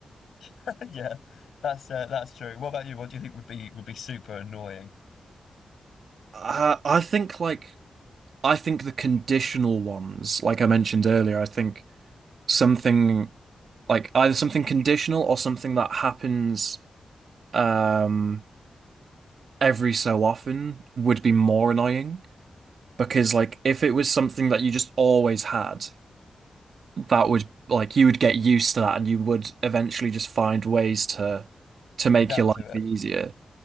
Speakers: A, on the left; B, on the right.
A: <laughs> Yeah, that's uh, that's true. What about you? What do you think would be would be super annoying?
B: Uh, I think like I think the conditional ones, like I mentioned earlier, I think something like either something conditional or something that happens um every so often would be more annoying because like if it was something that you just always had that would like you would get used to that and you would eventually just find ways to to make
A: Adapt
B: your life
A: to it.
B: easier.